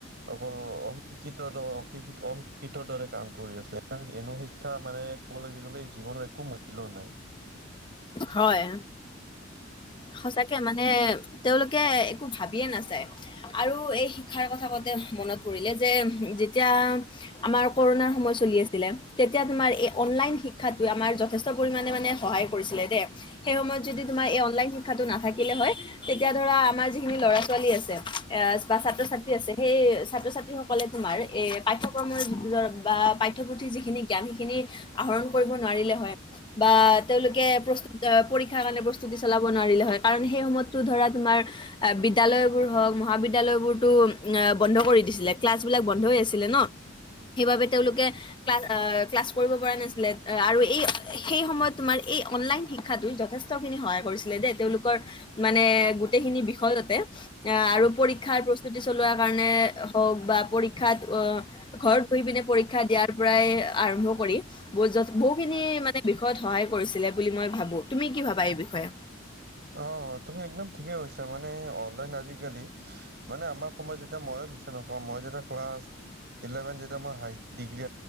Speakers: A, on the right (about 55°); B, on the left (about 25°).
A: অকল অশিক্ষিত দ অশিক্ষি-অশিক্ষিত দৰে কাম কৰি আছে। এনো শিক্ষা মানে ক'বলৈ গ'লে জীৱনৰ একো মূল্য নাই।
B: হয়, সঁচাকে মানে তেওঁলোকে একো ভাবিয়ে নাচায়। আৰু এই শিক্ষাৰ কথা কওঁতে মনত পৰিলে, যে যেতিয়া আমাৰ কৰোণাৰ সময় চলি আছিলে, তেতিয়া তোমাৰ এই অনলাইন শিক্ষাতোয়ে আমাৰ যথেষ্ট পৰিমাণে মানে সহায় কৰিছিলে দে। সেই সময়ত যদি তোমাৰ এই অনলাইন শিক্ষাটো নাথাকিলে হয় তেতিয়া ধৰা আমাৰ যিখিনি ল'ৰা-ছোৱালী আছে, এ বা ছাত্ৰ-ছাত্ৰী আছে সেই ছাত্ৰ-ছাত্ৰী সক কলে তোমাৰ এই পাঠ্যক্ৰমৰ বা পাঠ্যপুথিৰ যিখিনি জ্ঞান সেইখিনি আহৰণ কৰিব নোৱাৰিলে হয়, বা তেওঁলোকে প্ৰস্তু আ পৰীক্ষাৰ কাৰণে প্ৰস্তুতি চলাব নোৱাৰিলে হয়, কাৰণ সেই সময়তটো ধৰা তোমাৰ আ বিদ্যালয়বোৰ হওক মহাবিদ্যলয়বোৰতো আ বন্ধ কৰি দিছিলে। ক্লাছ বিলাক বন্ধ হৈ আছিলে ন, সেইবোবে তেওঁলোকে ক্লাছ আ ক্লাছ কৰিব পৰা নাছিলে আ-আৰু এই সেই সময়ত তোমাৰ এই অনলাইন শিক্ষা যথেষ্ট খিনি সহায় কৰিছিলে দেই, তেওঁলোকৰ মানে গোটেইখিনি বিষয়াতে আহ আৰু পৰীক্ষাৰ প্ৰস্তুতি চলোৱা কাৰণে হওক বা পৰীক্ষাত অ ঘৰত বহি পিনে পৰীক্ষা দিয়াৰ পৰাই আৰম্ভ কৰি, বহু জচ বহুখিনি মানে বিষয়ত সহায় কৰিছিলে বুলি মই ভাবো। তুমি কি ভাবা এই বিষয়ে?
A: অহ', তুমি একদম ঠিকেই কৈছা মানে অনলাইন আজিকালি', মানে আমাৰ সময়ত যেতিয়া মইয়ো মিছা নকওঁ, মই যেতিয়া ক্লাছ', ইলেভেন যেতিয়া মই হাই, ডিগ্ৰী